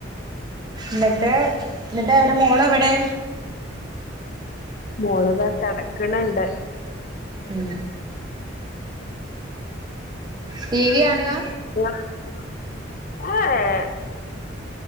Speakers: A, on the right; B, on the left.
A: ന്നിട്ട് ന്നിട്ടെവ്ടെ മോളെ എവടേ
B: മോള് താ കെടക്ക്ണ്‌ണ്ട്
A: ഉം ടീ വി കാണ്കാ
B: <unintelligible> ഏഹ് ഏഹ്